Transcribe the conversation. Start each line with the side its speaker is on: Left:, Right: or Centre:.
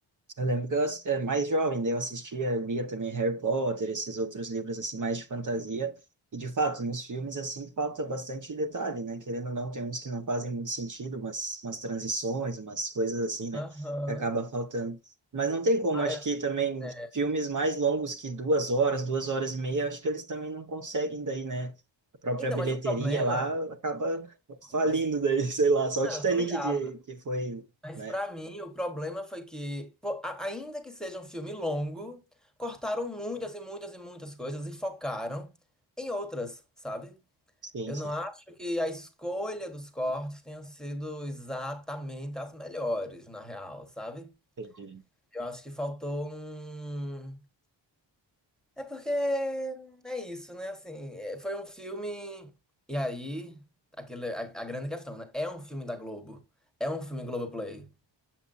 Right: Eu lembro que eu ass- é, mais jovem, daí eu assistia, lia também Harry Potter, esses outros livros assim mais de fantasia. E de fato, nos filmes assim falta bastante detalhe, né? Querendo ou não, tem uns que não fazem muito sentido, umas, umas transições, umas coisas assim, né?
Centre: Aham.
Right: Que acaba faltando. Mas não tem como,
Centre: Ah,
Right: acho
Centre: eu-
Right: que também
Centre: é.
Right: filmes mais longos que duas horas, duas horas e meia, acho que eles também não conseguem daí, né? A própria
Centre: Então,
Right: bilheteria
Centre: mas o problema.
Right: lá acaba falindo
Centre: Mas,
Right: daí, <laughs> sei lá, só o
Centre: Não,
Right: Titanic
Centre: eu tô ligado.
Right: que, que foi,
Centre: mas
Right: né?
Centre: para mim, o problema foi que, pô, a- ainda que seja um filme longo, cortaram muitas e muitas e muitas coisas e focaram em outras, sabe?
Right: Sim,
Centre: Eu
Right: sim,
Centre: não acho que a escolha dos cortes tenha sido exatamente as melhores, na real, sabe?
Right: entendi.
Centre: Eu acho que faltou um. É porque é isso, né? Assim, é, foi um filme. E aí, aquele, a, a grande questão, né? É um filme da Globo. É um filme Globoplay.